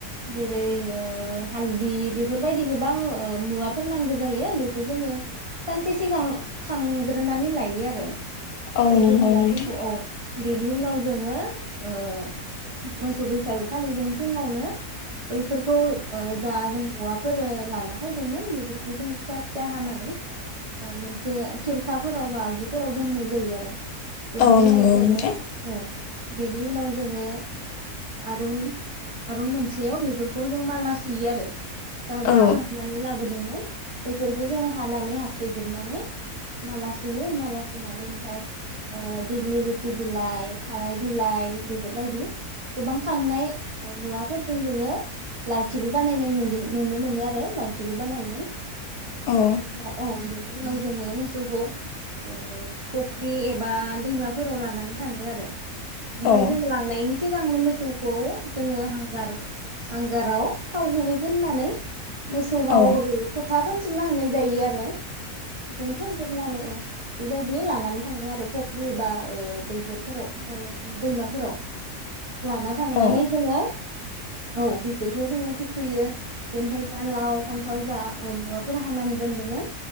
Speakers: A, on the right; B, on the left.
A: जेरै ओ हालदि बेफोरबायदि गोबां मुवाफोर नांगौ जायो। बेखौ जोङो सानसे सिगां खांग्रोनानै लायो आरो।
B: औ
A: बैफोर
B: नंगौ
A: मुवाफोरखौ
B: नोंथां
A: औ बेनि उनाव जोङो ओह मोसौ बैसागो खालि जों फुङावनो बैफोरखौ ओ जा जों मुवाफोरो लाना फैदोंमोन बेफोरखौ जों फिसा फिसा हानानै ओ मोनसे खेरखाफोराव बा आगजुफोराव दोननाय जायो आरो। बेनि
B: औ
A: उनाव
B: नंगौ
A: जोङो
B: नोंथां
A: औ बेनि उनाव जोङो आरुं आरुं मोनसेयाव बेफोरखौ जों माला सुयो आरो। जा जा
B: औ
A: खांनानै लाबोदोंमोन। बेफोरखौ जोङो हानानै हाफ्लेेजोबनानै माला सुयो माला सुनानै ओमफ्राय ओ दिग्लिलिथि बिलाइ थाराइ बिलाइ बेफोरबायदि गोबां खांनाय मुवाफोरजों जोङो लावथिबो बानायनाय नुयो नुनो मोनो आरो लावथिबो बानायो। बेनि
B: औ
A: उनाव औ उनाव जोङो मोसौखौ ओ फुख्रि एबा दैमाफोराव लानानै थाङो आरो। ओमफाय
B: औ
A: जोङो लांनायनि सिगांनो मोसौखौ जोङो हांगार हांगाराव थाव गुबै फोननानै मोसौनाव
B: औ
A: ओरै फोथा फोनजोबना होनाय जायो आरो। जोंथ जोबनानै औ बेबायदि लानानै थाङो आरो फुख्रि बा ओ दैखरफोराव ओ दैमाफोराव लाना थांनानै
B: औ
A: जोङो औ बिसोरखौ जोङो थुखैयो बेनिफ्राय जा लाव फान्थाव जा मुवाफोर हानानै दोनदोंमोन